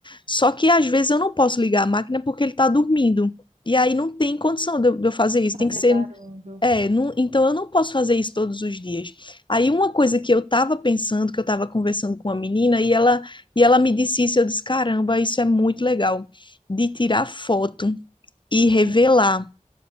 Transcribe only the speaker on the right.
fazer
barulho.
Hum,